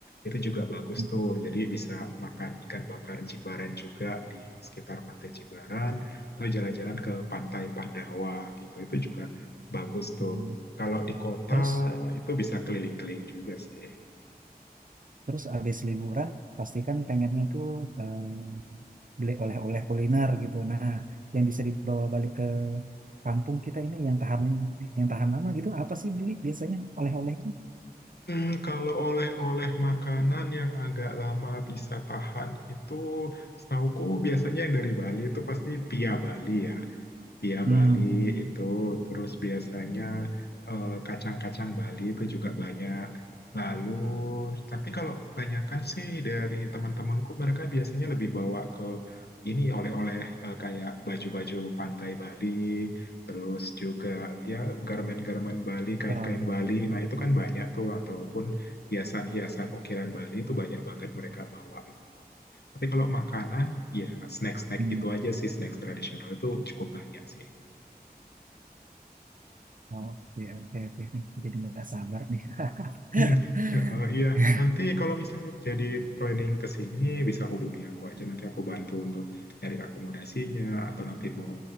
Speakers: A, on the left; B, on the right.
A: itu juga bagus
B: Hmm,
A: tuh.
B: hmm,
A: Jadi bisa makan ikan bakar Jimbaran juga di sekitar Pantai Jimbaran atau jalan-jalan ke Pantai Pandawa gitu itu juga bagus tuh
B: hmm.
A: kalau di kota
B: Terus
A: itu bisa keliling-keliling juga sih
B: Terus abis liburan pasti kan pengennya tuh eh, beli oleh-oleh kuliner gitu. Nah, yang bisa dibawa balik ke kampung kita ini yang tahan yang tahan lama gitu, apa sih beli biasanya oleh-olehnya?
A: Hmm, kalau oleh-oleh makanan yang agak lama bisa tahan itu setauku biasanya yang dari Bali itu pasti pia Bali ya Bia
B: Hmm,
A: Bali
B: hmm.
A: itu terus biasanya eh, kacang-kacang Bali itu juga banyak. Lalu, tapi kalau kebanyakan sih dari teman-temanku mereka biasanya lebih bawa ke ini oleh-oleh eh, kayak baju-baju pantai Bali, terus juga ya garmen-garmen Bali, kain-kain
B: Oh,
A: Bali. Nah, itu kan banyak tuh ataupun hiasan-hiasan ukiran Bali itu banyak banget mereka bawa gitu. Tapi kalau makanan, ya snack-snack
B: hmm.
A: gitu aja sih, snack tradisional itu cukup banyak sih.
B: Oke, oke, oke. nih. Jadi nggak sabar nih.
A: Hmm,
B: <laughs>
A: eh, eh, iya, nanti kalau misalnya jadi planning ke sini bisa hubungi aku aja nanti aku bantu untuk cari akomodasinya atau nanti mau